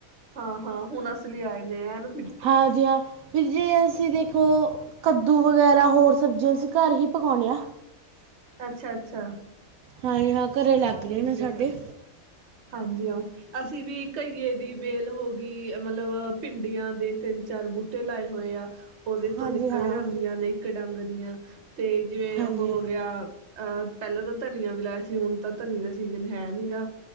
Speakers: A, on the right (about 55°); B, on the right (about 80°).
A: ਹਾਂ ਹਾਂ ਹੁਣ ਅਸਲੀ ਆਏ ਨੇ ਹ ਇਹ ਨ ਬੀ
B: ਹਾਂਜੀ ਹਾਂ ਜੇ ਅਸੀ ਦੇਖ ਉਹ ਕੱਦੂ ਵਗੈਰਾ ਹੋਰ ਸਬਜ਼ੀਆਂ ਅਸੀ ਘਰ ਹੀ ਪਕਾਉਣੇ ਆ।
A: ਅਛਾ! ਅਛਾ!
B: ਹਾਂਜੀ ਹਾਂ ਘਰੇ ਲੱਗ ਰਹੇ ਨੇ ਸਾਡੇ।
A: ਹੈ ਹਾਂਜੀ ਆਓ ਅਸੀ ਵੀ ਘਈਏ ਦੀ ਵੇਲ ਹੋ ਗਈ ਮਤਲਬ ਭਿੰਡੀਆਂ ਦੇ ਤਿੰਨ ਚਾਰ ਬੂਟੇ ਤੇ ਲਾਏ ਹੋਏ ਆ। ਉਹਦੇ
B: ਹਾਂਜੀ
A: ਤੋਂ ਨਿਕਲਿਆ
B: ਹਾਂ
A: ਅੰਬੀਆ ਨੇ ਇੱਕ ਡੰਗ ਦੀਆਂ ਤੇ ਜਿਵੇ
B: ਹਾਂਜੀ
A: ਉਹ ਹੋ ਗਿਆ। ਅਹ ਪਹਿਲਾਂ ਤਾਂ ਧਨੀਆ ਵੀ ਲਾਇਆ ਸੀ ਹੁਣ ਤਾਂ ਧਨੀਏ ਦਾ ਸੀਜਨ ਹੈ ਨੀ ਗਾ